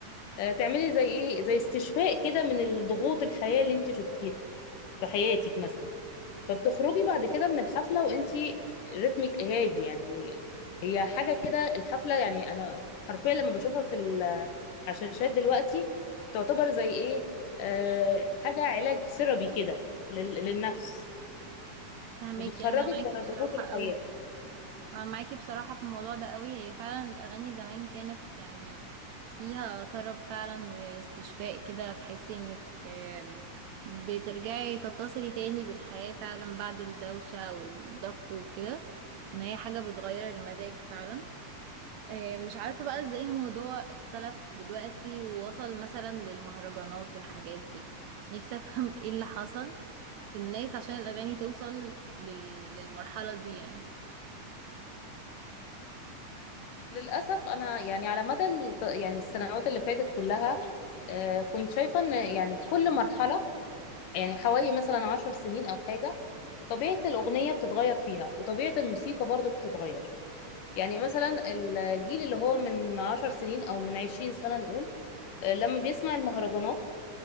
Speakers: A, on the left; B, on the right.
A: آه، تعملي زي ايه زي استشفاء كده من الضغوط الحياة اللي انت شفتيها في حياتك مثلا فبتخرجي بعد كده من الحفلة وانتي رتمك هادي يعني هي حاجة كده الحفلة يعني انا حرفيا لما بشوفها في ال- على الشاشات دلوقتي تعتبر زي ايه آه حاجة علاج سيرابي كده لل- للنفس
B: فهماكي
A: وبتخرجك
B: انا معاكي
A: بره
B: بصراحة
A: ضغوط الحياة
B: قوي أنا معاكي بصراحة في الموضوع ده قوي هي فعلا الأغاني زمان كانت يعني فيها طرب فعلا واستشفاء كده تحسي إنك آم، بترجعي تتصلي تاني بالحياة فعلا بعد الدوشة والضغط وكده إن هي حاجة بتغير المزاج فعلا آه، مش عارفة بقى إزاي الموضوع اختلف دلوقتي ووصل مثلا للمهرجانات والحاجات دي نفسي أفهم <laughs> إيه اللي حصل في الناس عشان الأغاني توصل لل- للمرحلة دي يعني
A: للأسف أنا يعني على مدى ال- يعني السنوات اللي فاتت كلها آه كنت شايفة إن يعني كل مرحلة يعني حوالي مثلا عشر سنين أو حاجة طبيعة الأغنية بتتغير فيها وطبيعة الموسيقى برضو بتتغير يعني مثلا الجيل اللي هو من عشر سنين او من عشرين سنة نقول آه، لما بيسمع المهرجانات